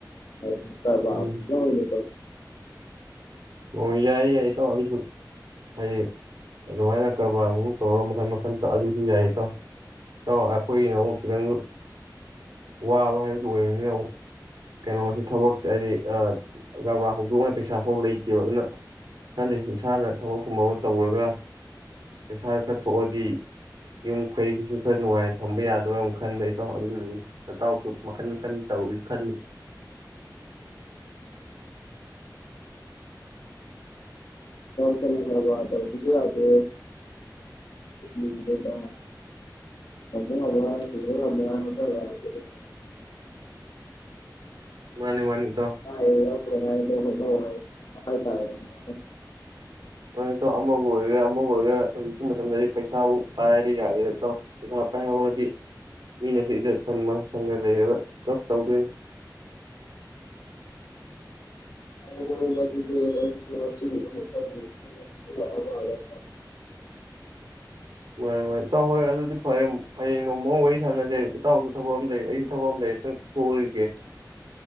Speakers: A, on the left (about 75°); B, on the right (about 70°).
A: ꯍꯥꯏꯗꯤ ꯀꯥꯔꯕꯥꯔ
B: ꯎꯝ
A: ꯒꯨꯝꯕ ꯑꯣꯏꯅ
B: ꯑꯣ ꯌꯥꯏꯌꯦ ꯌꯥꯏꯌꯦ ꯏꯇꯥꯎ ꯑꯗꯨꯁꯨ ꯍꯥꯏꯗꯤ ꯑꯗꯨꯃꯥꯏꯅ ꯀꯔꯕꯥꯔꯒꯨꯝꯕ ꯇꯧꯔꯒꯥ ꯃꯈꯟ ꯃꯈꯟ ꯑꯗꯨꯁꯨ ꯌꯥꯏ ꯏꯇꯥꯎ ꯏꯇꯥꯎ ꯑꯩꯈꯣꯏꯒꯤꯅ ꯑꯃꯨꯛ ꯈꯤꯇꯪ ꯋꯥꯕ ꯍꯥꯏꯕꯗꯨ ꯑꯣꯏꯕꯅꯤꯅ ꯑꯃꯨꯛ ꯀꯩꯅꯣꯁꯤ ꯊꯕꯛꯁꯦ ꯍꯥꯏꯗꯤ ꯑꯥ ꯀꯔꯕꯥꯔ ꯍꯧꯗꯣꯛꯅꯕ ꯄꯩꯁꯥ ꯐꯥꯎꯕ ꯂꯩꯇꯦꯕ ꯑꯗꯨꯅ ꯈꯜꯂꯤꯅꯤ ꯏꯁꯥꯅ ꯊꯕꯛꯀꯨꯝꯕꯃꯥ ꯇꯧꯔꯒꯥ ꯄꯩꯁꯥꯒꯥ ꯈꯔ ꯊꯣꯛꯑꯗꯤ ꯌꯨꯝ ꯀꯩꯒꯤꯁꯨ ꯈꯔ ꯅꯨꯡꯉꯥꯏ ꯊꯝꯕ ꯌꯥꯗꯣꯏꯔꯥ ꯑꯃꯨꯛ ꯈꯟꯕ ꯏꯇꯥꯎ ꯑꯗꯨꯅꯥꯅꯤ ꯅꯇꯥꯎꯁꯨ ꯃꯈꯟ ꯃꯈꯟ ꯇꯧꯏꯒꯦ ꯈꯜꯂꯤ
A: ꯀꯥꯔꯕꯥꯔ ꯇꯧꯕꯁꯨ ꯌꯥꯗꯦ <inaudible> <inaudible>
B: ꯃꯥꯅꯤ ꯃꯥꯅꯤ ꯏꯇꯥꯎ
A: <inaudible>
B: ꯐꯥꯔꯦ ꯏꯇꯥꯎ ꯑꯃꯕꯨ ꯑꯣꯏꯒꯦꯔꯥ ꯑꯃꯕꯨ ꯑꯣꯏꯒꯦꯔꯥ ꯍꯧꯖꯤꯛꯀꯤ ꯃꯇꯝꯗꯥꯗꯤ ꯄꯩꯁꯥꯕꯨ ꯄꯥꯏꯔꯗꯤ ꯌꯥꯔꯦꯗ ꯏꯇꯣꯎ ꯄꯩꯁꯥ ꯄꯥꯏꯍꯧꯔꯗꯤ ꯃꯤꯅꯁꯨ ꯏꯖꯠ ꯁꯟ ꯃꯟ ꯁꯪꯒꯥ ꯂꯩꯔꯒꯥ ꯄꯨꯂꯞ ꯇꯧꯗꯣꯏꯅꯤ
A: <inaudible>
B: ꯃꯥꯅꯤ ꯃꯥꯅꯤ ꯏꯇꯥꯎ ꯍꯣꯏ ꯑꯗꯨꯗꯤ ꯐꯥꯔꯦ ꯑꯃꯨꯛ ꯍꯌꯦꯡ ꯅꯣꯡꯃꯥꯃꯨꯛ ꯋꯥꯔꯤ ꯁꯥꯟꯅꯁꯦ ꯏꯇꯥꯎꯁꯨ ꯊꯕꯛ ꯑꯃ ꯂꯩ ꯑꯩꯁꯨ ꯊꯕꯛ ꯑꯃ ꯂꯩ ꯈꯤꯇꯪ ꯊꯣꯛꯎꯨꯈꯤꯒꯦ